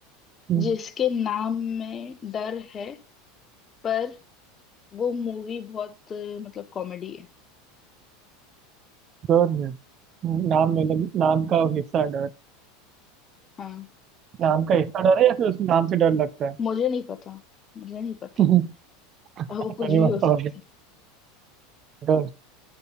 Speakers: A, on the right; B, on the left.
A: हम्म,
B: जिसके नाम में डर है पर वो मूवी बहुत अ, मतलब कॉमेडी है
A: डर में हम्म, नाम मतलब नाम का हिस्सा है डर
B: हाँ
A: नाम का हिस्सा डर है या फिर उस नाम से डर लगता है
B: मुझे नहीं पता मुझे नहीं पता
A: <laughs>
B: अब
A: पता
B: वो कुछ
A: नहीं
B: भी
A: बताओगे
B: हो सकती
A: डर